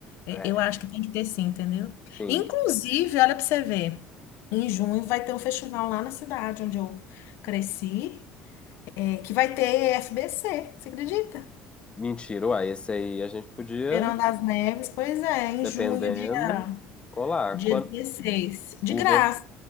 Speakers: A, on the left; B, on the left.
A: É,
B: É,
A: eu acho que tem que ter sim, entendeu?
B: sim.
A: Inclusive, olha para você ver, em junho vai ter um festival lá na cidade onde eu cresci, é, que vai ter FBC, você acredita?
B: Mentira, uai, esse aí a gente podia,
A: Verão das Neves, pois é, em
B: dependendo,
A: junho, dia.
B: colar.
A: Dia
B: Quanto
A: dezesseis De
B: Uber,
A: graça.